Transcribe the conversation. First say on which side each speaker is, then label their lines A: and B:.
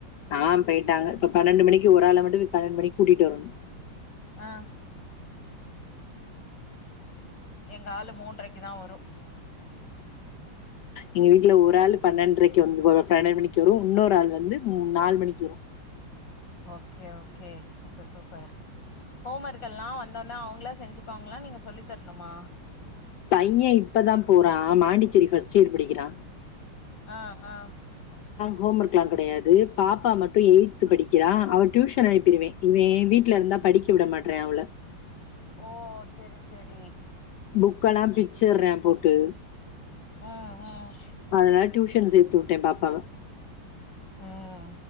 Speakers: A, on the left (about 80°); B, on the left (about 60°).
A: ஆ போயிட்டாங்க இப்ப பன்னெண்டு மணிக்கு ஒரு ஆள மட்டும் பன்னெண்டு மணிக்கு கூட்டிட்டு வரணு
B: ஆ எங்க ஆளு மூன்றரைக்கு தா வரும்
A: எங்க வீட்ல ஒரு ஆள் பன்னெண்டரைக்கு வந்து பன்னெண்டு மணிக்கு வரும் இன்னொரு ஆள் வந்து நாலு மணிக்கு வரு
B: okay okay super super home work எல்லா வந்தோன அவுங்ளா செஞ்சுகுவாங்ளா நீங்க சொல்லித்தரணுமா
A: பையன் இப்பதான் போறான் மாண்டிச்சேரி பஸ்ட் இயர் படிக்கிறான்
B: ம் ம்
A: ஹோம் ஒர்க் எல்லா கெடையாது பாப்பா மட்டு எயித்து படி கிலா அவுர் டியூஷன் அனுப்பிருவேன் இவே வீட் வீட்ல இருந்தா படிக்க விட மாட்டறேன் அவள
B: ஓ செரி செரி
A: புக்கல்லா பிச்சுறேன் போட் டு
B: ம் ம்
A: அதனா டியூஷன் சேத்து விட்டே பாப்பாவா
B: உம்